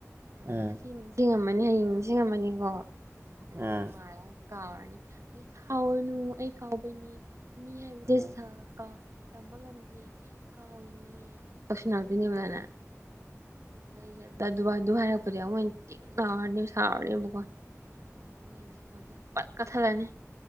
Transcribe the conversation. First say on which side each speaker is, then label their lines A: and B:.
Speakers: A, on the right (about 65°); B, on the right (about 50°).
A: ꯑ
B: ꯑꯥ
A: ꯉꯁꯤ ꯅꯤꯡꯁꯤꯡꯉꯝꯃꯅꯤ ꯍꯌꯦꯡ ꯅꯤꯡꯁꯤꯡꯉꯝꯃꯅꯤꯀꯣ ꯑꯗꯨꯗꯤ
B: ꯑꯥ
A: ꯅꯣꯡꯉꯥꯜꯂꯒ ꯀꯥꯎꯔꯅꯤ ꯑꯩ ꯁꯥꯎꯔꯅꯨ ꯑꯩ ꯀꯥꯎꯕꯩꯅꯤ ꯃꯤ ꯍꯥꯏꯕꯁꯦ
B: ꯑꯥ
A: ꯁꯥꯎ ꯀꯥꯎ ꯇꯝꯕ ꯉꯝꯗꯦ ꯀꯥꯎꯔꯤꯅꯦ ꯇꯧꯁꯟꯅꯔꯛꯇꯣꯏꯅꯦꯕ ꯗꯥꯏꯅ ꯑꯗꯨꯗꯩ ꯑꯩꯁ‌ꯦ ꯑꯗꯨ ꯍꯥꯏꯔꯛꯄꯗꯩ ꯑꯃꯨꯛ ꯍ‌ꯦꯟꯅ ꯇꯤꯡ ꯂꯥꯎꯔꯅꯦ ꯁꯥꯥꯎꯔꯅꯦꯕꯀꯣ ꯑꯗꯩ ꯑꯩꯅ ꯐꯣꯟꯁꯦ ꯄꯠ ꯀꯛꯊꯠꯂꯅꯤ